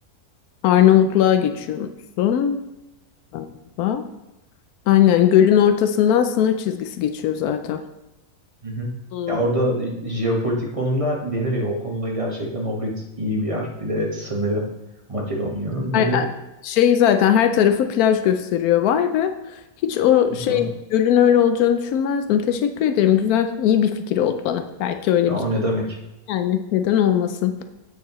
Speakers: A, on the left (about 85°); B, on the right (about 25°).
A: Arnavutluğa geçiyorsun galiba. Aynen gölün ortasından sınır çizgisi geçiyor zaten.
B: Hı hı.
A: Hmm.
B: Ya orada jeopolitik konumda denir ya o konuda gerçekten Ohrid iyi bir yer. Bir de sınırı Makedonya'nın.
A: Ay-
B: Bir de
A: ay- Şey zaten her tarafı plaj gösteriyor. Vay be. Hiç o şey
B: Tabii.
A: gölün öyle olacağını düşünmezdim. Teşekkür ederim. Güzel, iyi bir fikir oldu bana. Belki öyle
B: Ya
A: bir şey.
B: ne demek?
A: yani neden olmasın.